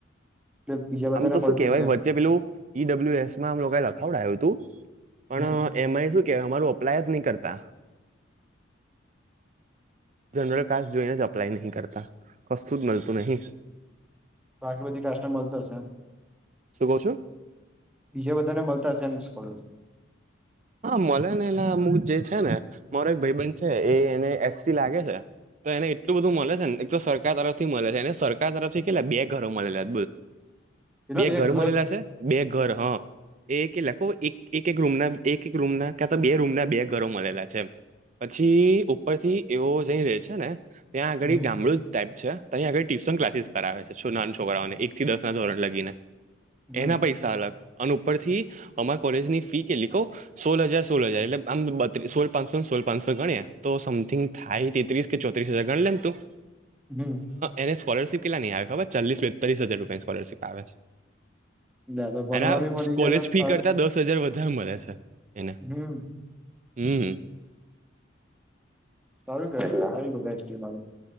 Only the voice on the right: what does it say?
આમ તો
શું કેવાય
વચ્ચે પેલું ઈ ડબલ્યુ એસમાં આમ લોકાય લખાવડાય્યુંતું પણ
એમાં શું કેહેવાય અમારુ અપ્લાય જ ની કરતા જનરલ કાસ જોઈને જ અપ્લાય નહી કરતા કશુ જ મલતું નહી
શું કવ છો?
હા મલેને એલા અમુક જે છે, ને મારો એક ભાઈ બન છે, એ એને એસટી લાગે છે. તો એને એટલું બધું મલે છે, ને એક તો સરકાર તરફથી મલે છે, એને સરકાર તરફથી કેટલા બે ઘરો મલેલા બોલ
બે ઘરો
મલેલા છે, બે ઘર હ એ કે લખો એક એક એક રૂમના એક એક રૂમના ક્યા તો બે રૂમના બે ઘરો મલેલા છે, એમ પછી ઉપરથી એવો જઈ રહે છે, ને ત્યાં આગળી
ગામડું ટાઈપ છે, અહીં આગળ ટ્યુશન ક્લાસીસ કરાવે છે, છું ના છોકરાઓને એક થી દસના ધોરણ લગીને
એના પૈસા અલગ અને ઉપરથી અમાર કોલેજની ફી કેલી કવ સોલ હજાર સોલ હજાર એટલે આમ બત્રી સોલ પાંચસોને સોલ પાંચસો ગણએ તો સમથિંગ થાય તેત્રીસ કે ચોત્રીસ હજાર ગણ લે ની તું.
એને સ્કોલરશિપ કેટલા ની આવે, ખબર ચાલીસ બેતાલીસ હજાર રૂપિયાની સ્કોલરશિપ આવે છે.
એના
કોલેજ
ફી
કરતા દસ હજાર વધારે મલે છે, એને.
હમ.